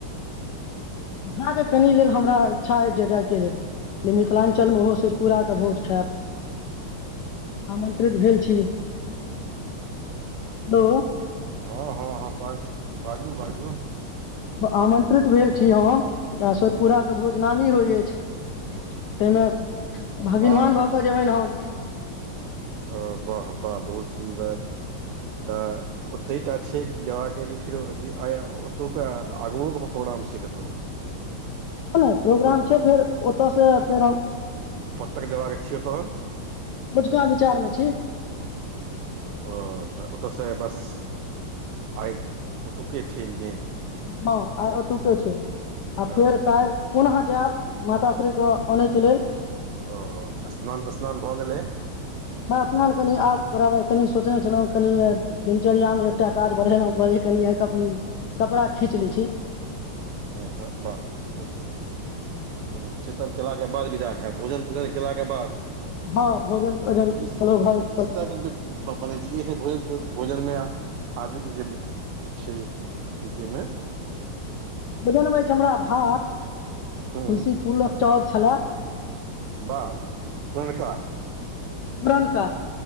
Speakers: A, on the left (about 75°); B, on the right (about 85°).
A: अहाँके कनि लेल हमरा इच्छा अछिइ जे जायके लेल जे मिथिलाञ्चलमे ओहो छै सोत पूराके भोज खायब। आमन्त्रित भेल छी <unintelligible> तो।
B: हँ- हँ -हँ बस बाजू -बाजू। <unintelligible>
A: आमन्त्रित भेल छी हम आ सदपुराके भोज नमी होइ अछि। <unintelligible> ताहिमे भगीिनवान
B: वाह
A: भऽ कऽ जेबनि हम।
B: ह वाह -वाह बहुत सुन्दर तऽ ओतहि टा छै जयबाके कि फेरो -आइ ओतुका आगुओके प्रोग्राम छै कतहु।
A: नहि- नहि प्रोग्राम
B: ओतय
A: छै फेर ओतयसँ फेर हम।
B: पताक देबाके छियौ तऽ। <unintelligible>
A: बझुका विचारमे छै। <unintelligible>
B: ओ तऽ ओतयसँ बस -आइ- ओतु्के छै मेन।
A: हँ आ तू के छै। आ
B: ओ
A: फेर काल कोन जायब माताश्री को आनैके लेल
B: ओ स्नान त स्नान भऽ गेलै।
A: स्नान कनि आब करब कनि सोचने छलहुँ कनि दिनचर्यामे एकटा काज बढ़ेलहुं कहै कनि आ क कपड़ा खींच लै छी।
B: आ हँ वाह र सुन्दर। ह च केलाके बाद विदा है भोजन। बुझल ने केलाके बाद।
A: हँ भोजन तोजन
B: किस
A: कहलहुँ भऽ जेतै
B: किस्त बनेलियए है भोजन भोजन मे आजू के छै अथि ताहिमे।
A: जनबै छै हमरा भात तुलसी
B: ह
A: फूलक चर छै। हेलो।
B: वाह पणनका।
A: बुरानका।